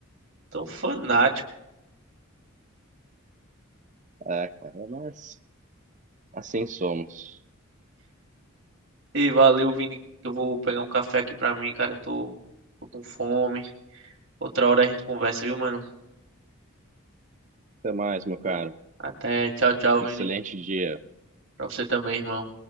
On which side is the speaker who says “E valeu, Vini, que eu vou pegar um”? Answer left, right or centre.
Right